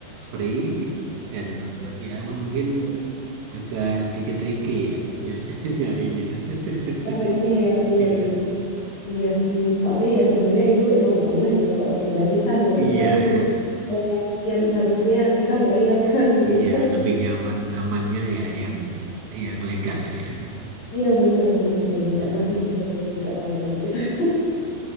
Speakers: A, on the right; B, on the left.
A: free dan ya mungkin agak sedikit tricky ya ny- <laughs> nyarinya. <laughs>
B: Caranya ya benar-benar.
A: Iya,
B: Iya sih. Soalnya ya sebenarnya itu emang nggak boleh sih kalau gratisan ya
A: iya,
B: itu kan eh, yang yang harusnya kita bayarkan <laughs> gitu.
A: iya lebih nyaman amannya ya yang yang legal lah ya.
B: Iya benar-benar benar nggak
A: Mm-mm.
B: bagus juga juga kalau gratisan